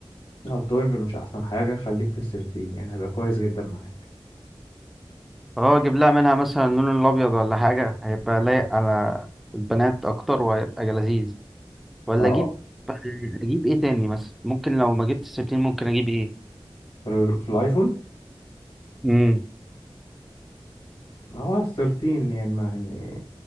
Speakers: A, on the left (about 75°); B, in the centre.
A: اه 12 مش احسن حاجة خليك في ال 13 يعني هيبقى كويس جدا معاك
B: اه أجيب لها منها مثلا اللون الأبيض ولا حاجة هيبقى لايق على البنات أكتر وهيبقى لذيذ ولا
A: اه
B: أجيب <laughs> أجيب إيه تاني مثلا ممكن لو ما جبت 13 ممكن أجيب إيه
A: في ال- في الايفون
B: امم
A: هو ال 13 يعني ما يعني